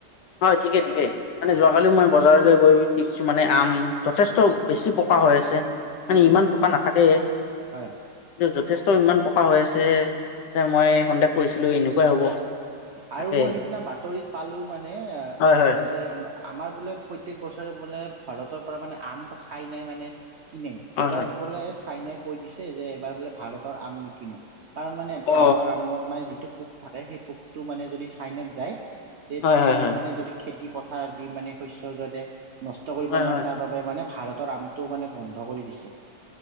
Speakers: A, on the left (about 80°); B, on the right (about 65°).
A: হয় ঠিকে ঠিকে। মানে যোৱাকালিও মই বজাৰলৈ গৈ। কিছুমানে আম যথেষ্ট বেছি পকা হৈ আছে। মানে
B: উম উম
A: ইমান টকা নাথাকেয়ে।
B: হয়
A: কি য'ত যথেষ্ট ইমান পকা হৈ আছে। যে মই সন্দেহ কৰিছিলোঁ এনেকুৱাই হ'ব। তাকেই
B: আৰু মই সিদিনা বাতৰিত পালোঁ মানে,
A: হয় হয়
B: যে আমাৰ বোলে প্ৰত্যেক বছৰে বোলে ভৰতৰ পৰা মানে আম চাইনাই মানে কিনে।
A: হয়
B: এইবাৰ
A: হয়
B: বোলে চাইনাই কৈ দিছে যে এইবাৰ বোলে ভাৰতৰ আম নিকিনোঁ। কাৰণ মানে ভাৰতৰ
A: অ
B: আমত মানে যিটো পোক থাকে, সেই পোক টো মানে যদি চাইনাত যায়, তে
A: হয়
B: চাইনাৰ
A: হয় হয়
B: মানে যদি খেতি পথাৰত দি মানে শস্যৰ যোৱাতে নষ্ট কৰিব
A: হয়
B: নোৱাৰে,
A: হয়
B: তাৰ বাবে মানে ভাৰত তৰ আমটো মানে বন্ধ কৰি দিছে।